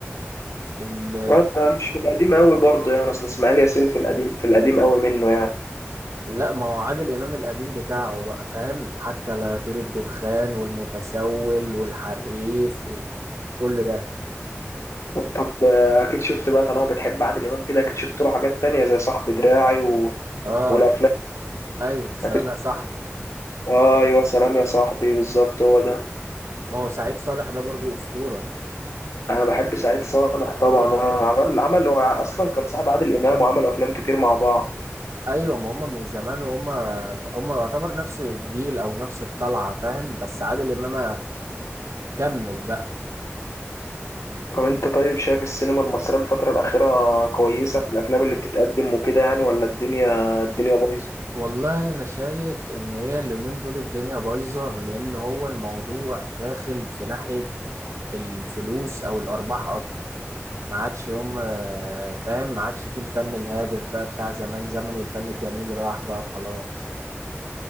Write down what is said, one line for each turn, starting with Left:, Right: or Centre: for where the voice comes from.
Right: ال...
Left: انت مش في القديم قوي برضه يعني اصل اسماعيل ياسين في القديم في القديم قوي منه يعني
Right: لا ما هو عادل امام القديم بتاعه بقى فاهم حتى لا يطير الدخان والمتسول والحريف وكل ده
Left: طب آه، اكيد شفت بقى طالما بتحب عادل امام كده اكيد شفت له حاجات تانية زي صاحب دراعي و...
Right: اه
Left: والافلام
Right: ايوه سلام
Left: اكيد
Right: يا صاحبي
Left: آه، ايوه سلام يا صاحبي بالظبط هو ده
Right: ما هو سعيد صالح ده برضو أسطورة
Left: انا بحب سعيد صالح طبعا آه، عمل عمل هو اصلا كان صاحب عادل امام وعملوا افلام كتير مع بعض
Right: أيوة ما هم من زمان وهم هم يعتبر نفس الجيل أو نفس الطلعة فاهم بس عادل إمام كمل بقى
Left: طب انت طيب شايف السينما المصرية الفترة الأخيرة كويسة في الأفلام اللي بتتقدم وكده يعني ولا الدنيا الدنيا بايظة؟
Right: والله أنا شايف إن هي اليومين دول الدنيا بايظة لأن هو الموضوع داخل في ناحية الفلوس أو الأرباح أكتر ما عادش هم فاهم ما عادش فيه الفن الهادف بقى بتاع زمان زمن الفن الجميل راح بقى خلاص